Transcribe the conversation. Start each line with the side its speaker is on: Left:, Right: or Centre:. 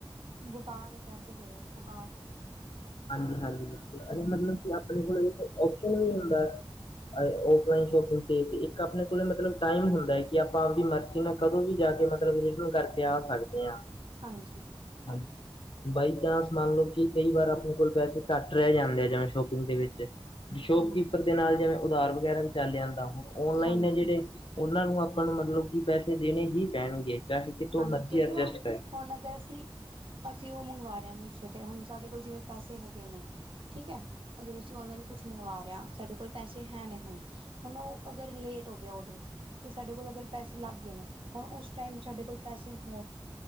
Right: ਬੇਕਾਰ ਪੈਸੇ ਗਏ ਬੇਕਾਰ
Left: ਹਾਂਜੀ ਹਾਂਜੀ ਬਿਲਕੁਲ ਇਹ ਮਤਲਬ ਆਪਣੇ ਕੋਲ ਓਪਸ਼ਨ ਵੀ ਹੁੰਦਾ ਆਫਲਾਇੰਨ ਸ਼ੋਪਿੰਗ ਤੇ ਇੱਕ ਆਪਣੇ ਕੋਲ ਮਤਲਬ ਟਾਈਮ ਹੁੰਦਾ ਹੈ ਕਿ ਆਪਾਂ ਆਪਦੀ ਮਰਜ਼ੀ ਨਾਲ ਕਦੋਂ ਵੀ ਜਾ ਕੇ <unintelligible> ਮਤਲਬ ਵਿਟੂ ਕਰਕੇ ਆ ਸਕਦੇ ਹਾਂ
Right: ਹਾਂ ਜੀ
Left: ਹਾਂਜੀ ਬਾਈ ਚਾਂਸ ਮੰਨ ਲਓ ਕਿ ਕਈ ਵਾਰ ਆਪਣੇ ਕੋਲ ਪੈਸੇ ਘੱਟ ਰਹਿ ਜਾਂਦੇ ਆ ਜਿਵੇਂ ਸ਼ੋਪਿੰਗ ਦੇ ਵਿੱਚ ਸ਼ੋਪਕੀਪਰ
Right: ਹਾਂਜੀ
Left: ਦੇ ਨਾਲ ਜਿਵੇਂ ਉਧਾਰ ਵਗ਼ੈਰਾ ਚਲ ਜਾਂਦਾ ਹੁਣ ਆਨਲਾਈਨ
Right: ਹਾਂਜੀ
Left: ਹੈ ਜਿਹੜੇ ਉਹਨਾਂ ਨੂੰ ਆਪਾਂ ਨੂੰ ਮਤਲਬ ਕਿ ਪੈਸੇ ਦੇਣੇ ਹੀ ਪੈਣਗੇ ਚਾਹੇ ਕਿਤੋਂ
Right: ਹਾਂਜੀ
Left: ਮਰਜ਼ੀ
Right: ਕਿਉਂਕਿ
Left: ਐਡਜਸਟ
Right: ਉਹ ਹੁਣ ਅਗਰ ਅਸੀਂ ਅਸੀਂ ਉਹ ਮੰਗਵਾ ਰਹੇ ਹਾਂ ਮੀਸ਼ੋ ਤੇ ਹੁਣ ਸਾਡੇ ਕੋਲ ਜਿਵੇਂ ਪੈਸੇ ਹੈਗੇ ਨੇ ਠੀਕ ਹੈ ਅਗਰ ਅਸੀਂ ਆਨਲਾਈਨ ਕੁਝ ਮੰਗਵਾ ਰਹੇ ਹਾਂ ਸਾਡੇ ਕੋਲ ਪੈਸੇ ਹੈ ਨੇ ਹੁਣ ਹੁਣ ਉਹ ਅਗਰ ਲੇਟ ਹੋ ਗਿਆ ਆਰਡਰ ਤੇ ਸਾਡੇ ਕੋਲ ਅਗਰ ਪੈਸੇ ਲੱਗ ਗਏ ਨੇ ਹੁਣ ਉਸ ਟਾਈਮ ਸਾਡੇ ਕੋਲ ਪੈਸੇ ਹੋਣ